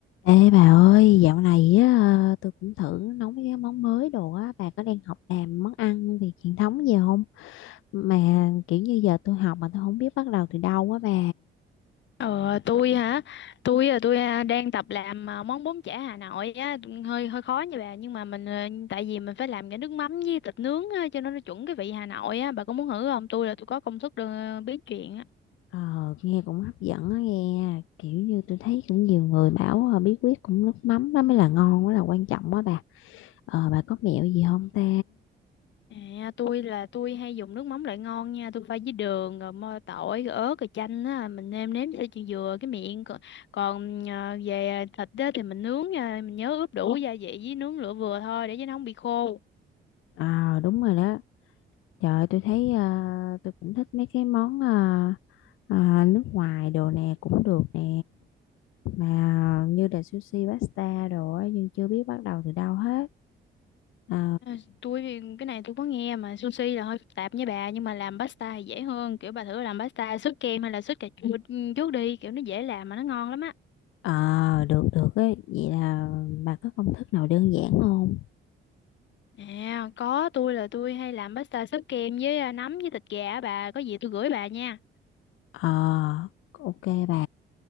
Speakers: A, on the left; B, on the left.
A: Ê bà ơi, dạo này á, ờ, tôi cũng thử nấu mấy cái món mới đồ á, bà có đang học làm món ăn Việt truyền thống gì không? Mà kiểu như giờ tôi học mà tôi không biết bắt đầu từ đâu á bà.
B: Ờ, tôi hả? Tôi là tôi à, đang tập làm à, món bún chả Hà Nội á, hơi hơi khó nha bà, nhưng mà mình à, tại vì mình phải làm cái nước mắm với thịt nướng á, cho nên nó chuẩn cái vị Hà Nội á, bà có muốn thử không? Tôi là tôi có công thức được biết chuyện á.
A: Ờ, nghe cũng hấp dẫn á nghe, kiểu như tôi thấy cũng nhiều người bảo ờ, bí quyết cũng nước mắm đó mới là ngon, mới là quan trọng á bà. Ờ, bà có mẹo gì không ta?
B: À, tôi là tôi hay dùng nước mắm loại ngon nha, tôi pha với đường rồi mơ tỏi rồi ớt rồi chanh á, mình nêm nếm cho chị vừa cái miệng còn, còn à, về thịt á, thì mình nướng nha, mình nhớ ướp đủ gia vị với nướng lửa vừa thôi để cho nó không bị khô.
A: Ờ, đúng rồi đó. Trời ơi, tôi thấy ờ, tôi cũng thích mấy cái món ờ, ờ, nước ngoài đồ nè cũng được nè. mà như là sushi pasta đồ á nhưng chưa biết bắt đầu từ đâu hết ờ
B: Ờ, tôi thì cái này tôi có nghe mà sushi là hơi phức tạp với bà nhưng mà làm pasta thì dễ hơn kiểu bà thử làm pasta sốt kem hay là sốt cà chua ừ, trước đi kiểu nó dễ làm mà nó ngon lắm á
A: ờ được được ấy vậy là bà có công thức nào đơn giản không
B: à có tôi là tôi hay làm pasta sốt kem với à, nấm với thịt gà á bà có gì tôi gửi bà nha
A: ờ ok bà